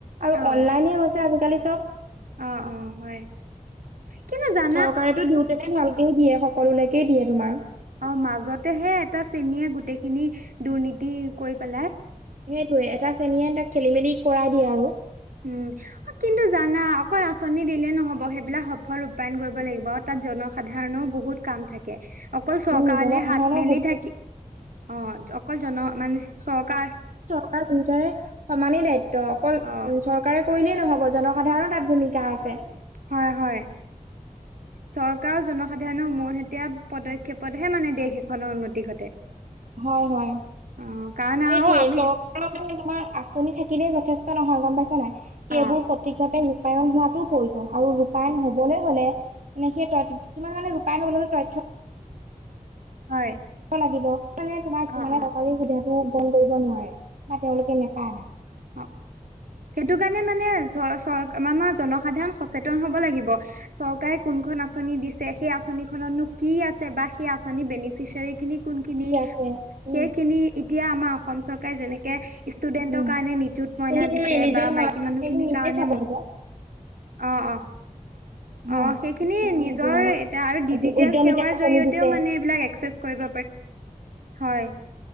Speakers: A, on the right (about 70°); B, on the right (about 85°).
A: আৰু
B: অ',
A: অনলাইনে হৈছে আজিকালি চব।
B: অ অ হয়। কেনে জান?
A: চৰকাৰেেতো দিওঁতেনে ভালকে দিয়ে সকলোলৈকে দিয়ে তোমাৰ।
B: অ মাজতেহে এটা শ্ৰেনীয়ে গোটেইখিনি দুৰ্নীতি কৰি পেলাই!
A: সেইটয়ে এটা চেনীয়ে তাক খেলি মেলি কৰাই দিয়ে আৰু!
B: উম কিন্তু জানা অকল আঁচনি দিলে নহব সেইবিলাক সফল ৰূপায়ন কৰিব লাগিব। তাত জনসাধাৰণও বহুত কাম থাকে অকল চৰকাৰলে
A: উম জনসাধাৰণৰ
B: হাত মেলি
A: গুৰুত্ব
B: থাকি। অ অকল জন মানে চৰকাৰ।
A: ত পিতৰে সমানেই দায়িত্ব অকল।
B: অ',
A: চৰকাৰে কৰিলেই নহ'ব জনসাধাৰণৰ তাত ভূমিকা আছে!
B: হয় হয়। চৰকাৰৰ জনসাধাৰণৰ মৈহতীয়া পদক্ষেপতহে মানে দেশ এখনৰ উন্নতি ঘটে।
A: হয় হয়
B: অ', কাৰণ
A: সেইটোোৱে
B: আৰু আমি
A: চ। মানে তোমাৰ আঁচনি থাকিলে যথেষ্ট নহয় গম পাইছা নাই সেইবোৰ
B: অ',
A: সঠিকভাৱে ৰূপায়ন হোৱাটো প্ৰয়োজন আৰু ৰূপায়ন হবলৈ হ'লে মানে সেই ত কিছুমান মানে ৰূপায়ণ হবলে হ'লে তথ্য
B: হয়
A: লাগিব মানে তোমাৰ
B: অ',
A: মানে
B: অ',
A: চৰকাৰী সুবিধাটো গণ কৰিব নোৱাৰে বা তেওঁলোকে নেপায় মানে
B: অ সেইটো কাৰণে মানে চৰ আমাৰ জনসাধাৰণ সচেতন হব লাগিব চৰকাৰে কোনখন আঁচনি দিছে সেই আঁচনিখননো কি আছে বা সেই আঁচনি বেনিফিচিয়াৰী খিনি কোন খিনি
A: কি আছে উম,
B: সেইখিনি এতিয়া আমাৰ অসম চৰকাৰে যেনেকে ষ্টুডেণ্টক।
A: উম,
B: নিযুত মইনা
A: কোনে
B: দিছে
A: ইলিজিবল
B: বা মাইকী
A: হয়
B: মানুহ
A: সেইটো
B: খিনিৰ
A: নিজে
B: কাৰণে
A: চাব লাগিব
B: অ অ
A: হয়।
B: অ সেইখিনি নিজৰ
A: এইটো
B: এতিয়া আৰু ডিজিটেল
A: এইটো উদ্যমিতা
B: সেৱাৰ
A: আঁচনি
B: জৰিয়তেও
A: দিছে
B: মানে এইবিলাক একচেছ কৰিব হয়